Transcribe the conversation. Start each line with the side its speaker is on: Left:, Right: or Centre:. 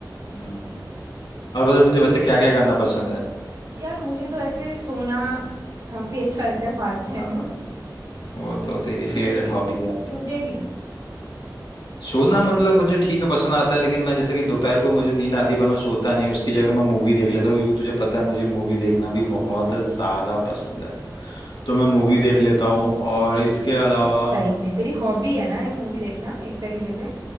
Left: हम्म। और बता तुझे वैसे क्या क्या करना पसंद है
Right: यार मुझे तो ऐसे सोना काफी अच्छा लगता है पास टाइम
Left: आ,
Right: में
Left: वो तो तेरी
Right: तुझे
Left: फेवरेट
Right: भी
Left: हॉबी है आई
Right: तुझे
Left: थिंक
Right: भी
Left: सोना मतलब मुझे ठीक है पसंद आता है लेकिन मैं जैसे कि दोपहर को मुझे नींद आती है पर मैं सोता नहीं उसकी जगह मैं मूवी देख लेता हूँ क्योंकि तुझे पता है मुझे मूवी देखना
Right: हाँ
Left: भी बहुत ज्यादा पसंद है तो मैं मूवी देख लेता हूँ और इसके अलावा
Right: सही में तेरी हॉबी है ना ये मूवी देखना एक तरीके से